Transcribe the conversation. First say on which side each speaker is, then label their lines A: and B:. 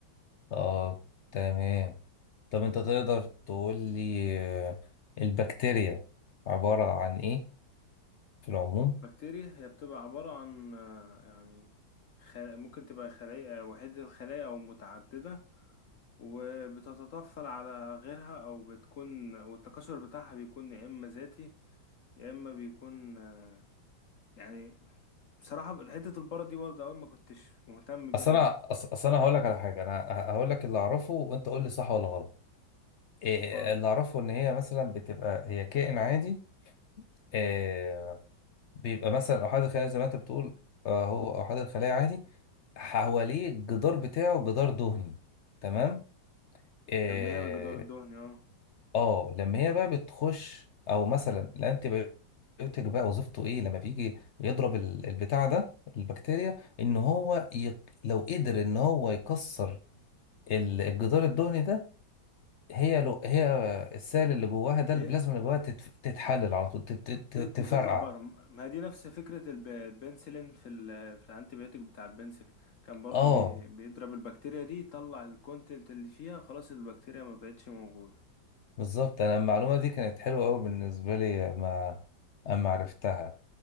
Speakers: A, on the left; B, on the left.
A: اه تمام طب انت تقدر تقول لي آه، البكتيريا عبارة عن ايه في العموم؟
B: البكتيريا هي بتبقى عبارة عن آه، يعني خ- ممكن تبقى خلايا وحيدة الخلايا او متعددة وبتتطفل على غيرها او بتكون والتكاثر بتاعها بيكون يا اما ذاتي يا اما بيكون آه، يعني بصراحه حته البره دي برضه اول ما كنتش مهتم
A: اصل
B: بيها
A: انا
B: قوي
A: أص- اصل انا هقول لك على حاجة انا ه- هقول لك اللي اعرفه وانت قول لي صح ولا غلط إيه
B: اتفضل
A: اللي اعرفه ان هي مثلا بتبقى هي كائن عادي إيه بيبقى مثلا احاد الخلايا زي ما انت بتقول آه، هو احاد الخلايا عادي حواليه الجدار بتاعه جدار دهني تمام آه،
B: تمام الجدار الدهني اه
A: اه لما هي بقى بتخش او مثلا الانتي بيوتيك بقى وظيفته ايه لما بيجي يضرب ال- البتاع ده البكتيريا ان هو ي... لو قدر ان هو يكسر ال- الجدار الدهني ده هي لو هي السائل اللي جواها ده
B: هي
A: البلازما اللي جواها تتف... تتحلل على طول تت... تت...
B: تت...
A: تفرقع
B: وتطلع بره ما هي دي نفس فكره الب... البنسلين في ال... في الانتي بيوتيك بتاع البنسلين كان برضه
A: اه
B: بي... بيضرب البكتيريا دي يطلع الكونتنت اللي فيها خلاص البكتيريا ما بقتش موجوده
A: بالظبط انا المعلومه دي كانت حلوه قوي بالنسبه لي ما اما عرفتها